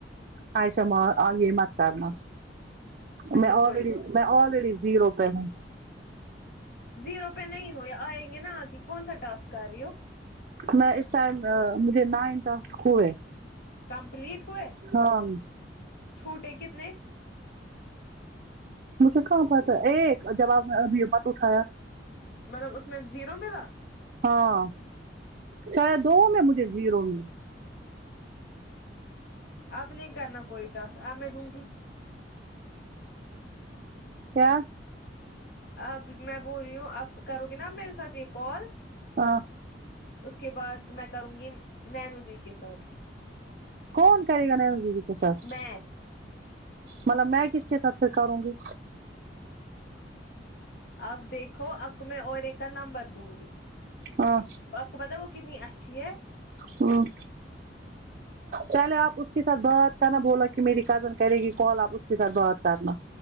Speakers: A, on the right; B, on the left.
A: عائیشہ ما آگےمات کر نا
B: اچھا
A: میں آلریڈ
B: کوئی بات
A: ی میں آلریڈی زیرو پے ہوں
B: زیرو پے نہیں ہو یے آئیں گے نہ آ گے کون سا ٹاسک کر رہی ہو
A: میں اس ٹائم مجھے نائن ٹاسک ہوئے
B: کمپلیٹ ہوئے
A: ہاں
B: چھوٹے کتنے
A: مجھے کہاں پتہ ایک جواب میں ابھی یے بات اٹھایا
B: مطلب اس میں زیرو ملا
A: ہاں شاید دو میں مجھے زیرو میں
B: اب نہیں کرنا کوئی ٹاسک اب میں دوں گی
A: کیا
B: اب میں بول رہی ہوں اب کرو گے نہ آپ میرے ساتھ یے کال
A: ہاں
B: اس کے بعد میں کروں گی نینو دی کے ساتھ
A: کون کرے گا نینو دیدی کے ساتھ
B: میں
A: مطلب میں کس کے ساتھ سے کروں گی
B: اب دیکھو آپ کو میں اور ایک کا نمبر دوں گی
A: ہاں
B: آپ کو پتہ ہے وہ کتنی اچھی ہے
A: ہمم پہلے آپ اس کے ساتھ بات کرنا بولنا کی میری کزن کرے گی کال آپ اس کے ساتھ بات کرنا